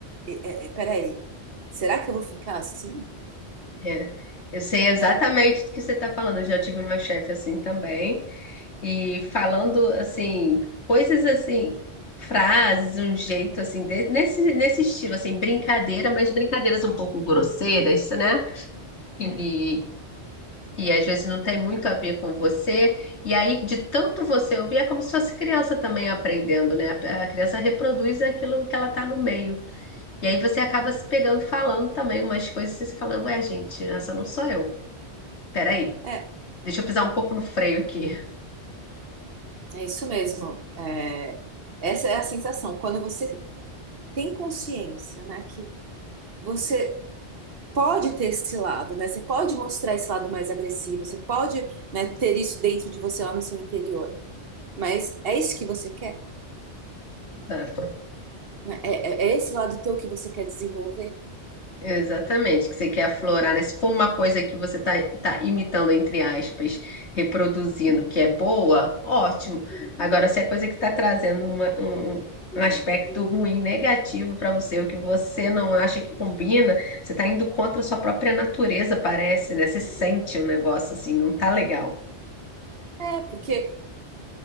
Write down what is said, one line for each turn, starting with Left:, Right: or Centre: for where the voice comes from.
Right: É, é, é, peraí, será que eu vou ficar assim,
Left: É. Eu sei exatamente
Right: né?
Left: do que você está falando. Eu já tive uma chefe assim também. e falando assim, coisas assim, frases, um jeito assim, de- nesse, nesse estilo, assim, brincadeira, mas brincadeiras um pouco grosseiras, né? E, e às vezes não tem muito a ver com você. E aí, de tanto você ouvir, é como se fosse criança também aprendendo, né? A a criança reproduz aquilo que ela tá no meio. E aí você acaba se pegando falando também umas coisas e você fala, ué, gente, essa não sou eu. Peraí,
Right: É,
Left: deixa eu pisar um pouco no freio aqui.
Right: é isso mesmo. É, essa é a sensação. Quando você tem consciência, né, que você pode ter esse lado, né? Você pode mostrar esse lado mais agressivo, você pode, né, ter isso dentro de você lá no seu interior. Mas é isso que você quer?
Left: <laughs>
Right: né? É, é é esse lado teu que você quer desenvolver?
Left: Exatamente, que você quer aflorar, né? Se for uma coisa que você tá, tá imitando, entre aspas, reproduzindo, que é boa, ótimo. Agora, se é coisa que está trazendo uma- um, um aspecto ruim, negativo para você, o que você não acha que combina, você está indo contra a sua própria natureza, parece, né? Você sente o negócio assim, não tá legal.
Right: É, porque